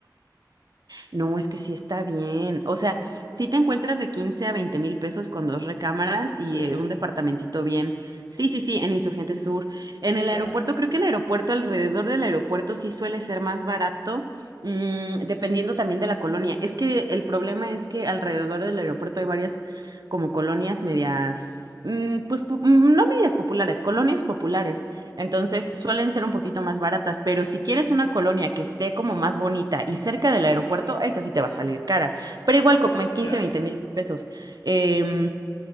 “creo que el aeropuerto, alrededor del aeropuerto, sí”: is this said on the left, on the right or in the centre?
Right